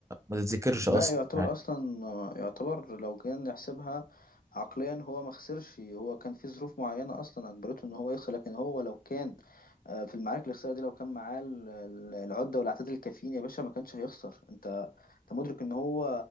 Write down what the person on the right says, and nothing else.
ما تتذكرش
اصلا
يعني